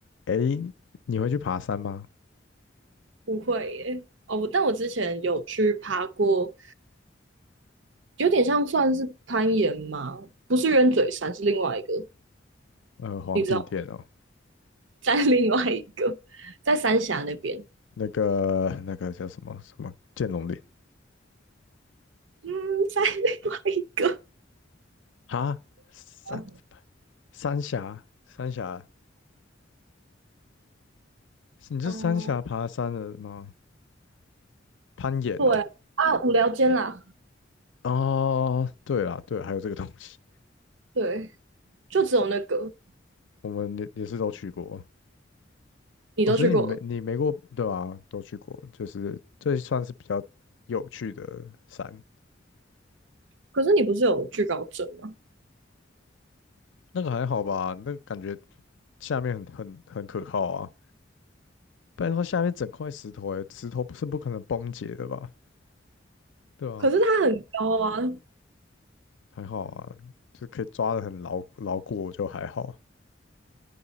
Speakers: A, on the left (about 70°); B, on the right (about 70°).
A: 诶，你会去爬山吗？
B: 不会耶。哦，但我之前有去爬过，有点像算是攀岩吗？不是鸢嘴山，是另外一个，
A: 呃，皇帝殿哦，
B: 你知道吗？在另外一个，在三峡那边，
A: 那个那个叫什么什么剑龙岭
B: 嗯，在另外一个
A: 啊？三
B: 啊，
A: 三峡，三峡，你是三峡爬山的吗？
B: <laughs>
A: 攀岩哦，
B: 对啊，无聊间啦，
A: 哦，对啦，对，还有这个东西，
B: 对，就只有那个
A: 我们也也是都去过
B: 你都去过了，
A: 哦，所以你没你没过对吧？都去过，就是这算是比较有趣的山，
B: 可是你不是有惧高症吗？
A: 那个还好吧？那个感觉下面很很很可靠啊。不然的话下面整块石头、欸，石头不是不可能崩解的吧？对啊，
B: 可是它很高啊，
A: 还好啊，就可以抓得很牢牢固，我就还好。